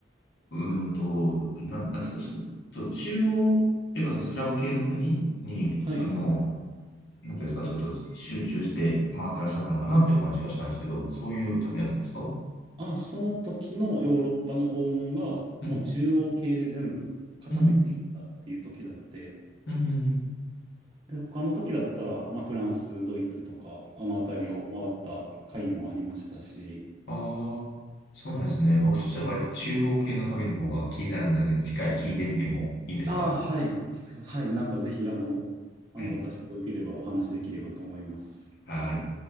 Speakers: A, on the left; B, on the right.
A: うーんと、なん、なんですか、ちょ、っと中央っていうか、そのスラブ系の国に、
B: はい。
A: あの、なんていうんですか、ちょっと集中して回ってらっしゃったのかなっていう感じがしたんですけど、そういう旅だったんですかう
B: あ、その時のヨーロッパの訪問が、
A: ん
B: もう中央系で全部固めていったっていう時だって、
A: うん、うん、うん、うん。
B: で、他の時だったら、まあ、フランス、ドイツとか、あの辺りを回った回もありましたし、
A: ああー、そうなんですね。僕としては割と中央系の旅の方が気になるので、次回聞いてみてもいいですか
B: ああ、はい。そはい。なんかぜひ、あの、あの、
A: はい。
B: 私でよければお話しできればと思います。
A: はい。